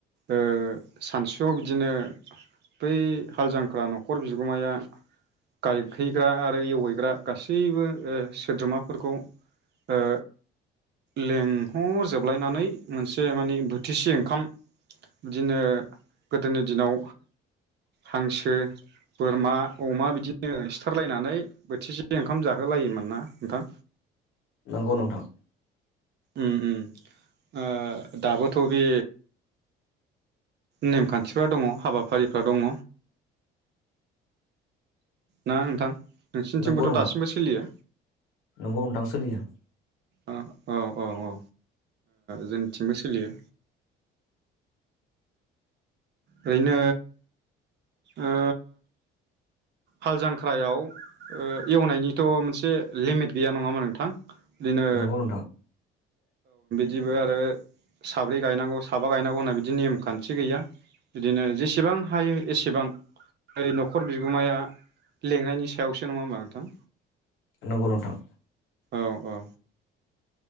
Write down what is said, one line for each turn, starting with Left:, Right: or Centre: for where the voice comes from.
Right: ओ सानसुआव बिदिनो बै हाल जांख्रा न'खर बिगोमाया गायहैग्रा आरो एवहैग्रा गासैबो ओ सोद्रोमाफोरखौ ओ लें हरजोबलायनानै मोनसे माने बोथिसे ओंखाम बिदिनो गोदोनि दिनाव हांसो बोरमा अमा बिदिनो सिथारलायनानै बोथिसे ओंखाम जाहोलायोमोन ना नोंथां।
Left: नंगौ नोंथां।
Right: उम उम ओ दाबोथ' बे नेमखान्थिफ्रा दङ हाबाफारिफ्रा दङ ना नोंथां। नोंसिनिथिंबोथ'
Left: नंगौ नोंथां
Right: दासिमबो सोलियो।
Left: नंगौ नोंथां सोलियो
Right: औ औ औ ओ जोंथिंबो सोलियो ओरैनो ओ हाल जांख्रायाव ओ एवनायनिथ मोनसे लिमिट गैया नङामा नोंथां दिनो
Left: नंगौ नोंथां
Right: बिबो आरो साब्रै गायनांगौ साबा गायनांगौ होनना बिदि नेमखान्थि गैया बिदिनो जेसेबां हायो एसेबां ओ नखर बिगोमाया लेंनायनि सायावसो नङा होमबा नोंथां।
Left: नंगौ नोंथां।
Right: औ औ